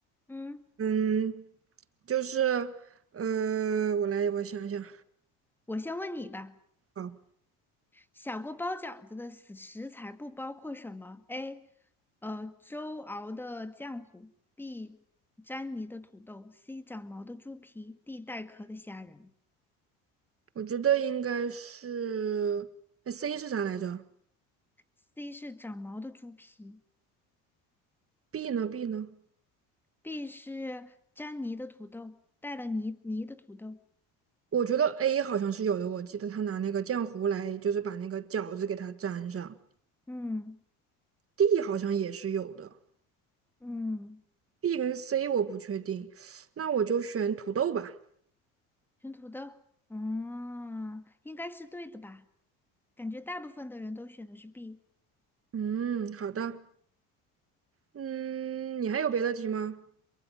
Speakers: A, in the centre; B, on the right (about 40°).
A: 嗯，
B: 嗯，就是，呃，我来，我想一想，
A: 我先问你吧，
B: 好，
A: 小锅包饺子的食食材不包括什么？A，呃，粥熬的浆糊；B，沾泥的土豆；C，长毛的猪皮；D，带壳的虾仁。
B: 我觉得应该是，哎，C 是啥来着
A: C 是长毛的猪皮
B: ？B 呢？B 呢？
A: ，B 是粘泥的土豆，带了泥泥的土豆。
B: 我觉得 A 好像是有的，我记得他拿那个浆糊来，就是把那个饺子给它粘上。
A: 嗯
B: D 好像也是有的
A: 嗯。
B: ，B 跟 C 我不确定，那我就选土豆吧。
A: 选土豆，嗯，应该是对的吧？感觉大部分的人都选的是 B。
B: 嗯，好的。嗯，你还有别的题吗？